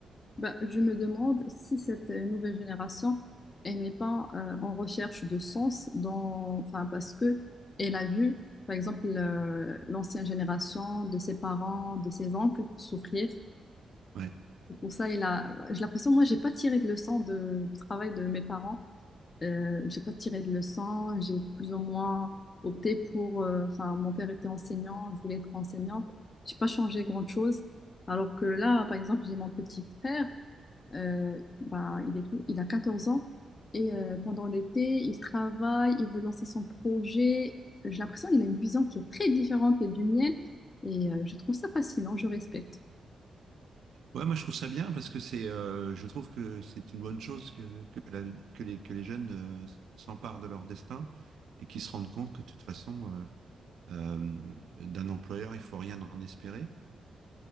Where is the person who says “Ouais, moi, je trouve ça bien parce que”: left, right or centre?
Right